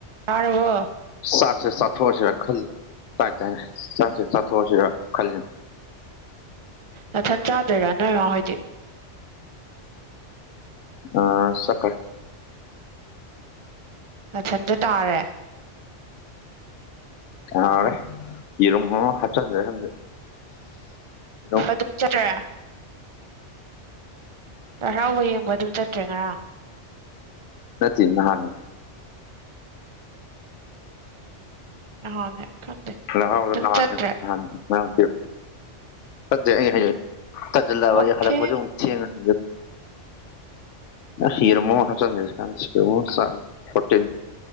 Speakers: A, on the right; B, on the left.
A: ꯇꯥꯔꯕꯣ
B: ꯆꯥꯛꯁꯦ ꯆꯥꯊꯣꯛꯑꯁꯤꯔꯥ ꯈꯜꯂꯤ ꯇꯥꯏ ꯇꯥꯏ ꯆꯥꯛꯁꯦ ꯆꯥꯊꯣꯛꯑꯁꯤꯔꯥ ꯈꯜꯂꯤ
A: ꯅꯊꯟ ꯆꯗꯣꯏꯔꯣ ꯅꯣꯏꯃ ꯍꯣꯏꯗꯤ <inaudible>
B: ꯑꯥ <unintelligible>
A: ꯅꯊꯟꯗ ꯇꯥꯔꯦ
B: <unintelligible> ꯌꯦꯔꯨꯝ ꯍꯧꯔ ꯍꯥꯞꯆꯟꯁꯤꯔ ꯈꯪꯗꯦ ꯌꯦꯔꯨꯝ
A: ꯑꯗꯨ ꯆꯠꯇ꯭ꯔꯦ ꯂꯥꯏ ꯍꯔꯥꯎꯕ ꯌꯦꯡꯕ ꯑꯗꯨꯝ ꯆꯠꯇ꯭ꯔꯦ ꯉꯔꯥꯡ
B: <unintelligible> ꯅꯍꯥꯟꯅꯤ
A: ꯅꯍꯥꯟꯅꯦ ꯈꯪꯗꯦ
B: ꯂꯥꯢ ꯍꯔꯥꯎꯕꯗꯣ
A: ꯑꯗꯨꯝ
B: ꯅꯍꯥꯟꯅꯦꯕ
A: ꯆꯠꯇ꯭ꯔꯦ
B: ꯉꯔꯥꯡ ꯅꯠꯇꯦꯕ ꯅꯠꯇꯦ ꯑꯩꯅ ꯍꯥꯢꯁꯦ ꯇꯟꯖꯜꯑꯕ ꯑꯩꯖꯦ
A: ꯑꯣꯀꯦ
B: ꯍꯜꯂꯛꯄꯁꯦ ꯑꯃꯨꯛ ꯊꯦꯡꯉꯥꯅꯤꯅ ꯑꯁ ꯌꯦꯔꯨꯃ ꯑꯃ ꯍꯥꯞꯆꯟꯒꯦꯁꯦ ꯀꯥꯟꯗꯦꯁꯦ ꯌꯦꯔꯨꯝ ꯑꯃꯇꯥ ꯆꯒꯦ ꯐ꯭ꯔꯣꯇꯤꯟ